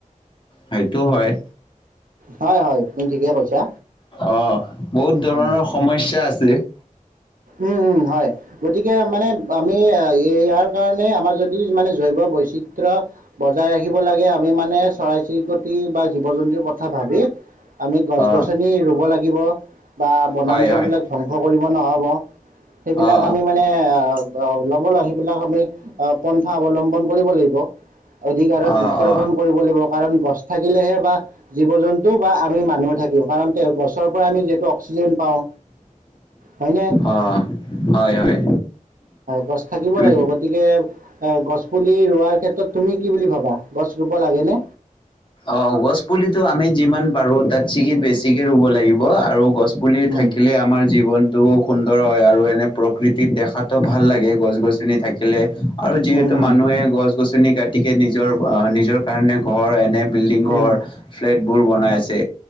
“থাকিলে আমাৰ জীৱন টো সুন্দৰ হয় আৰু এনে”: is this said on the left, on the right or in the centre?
Left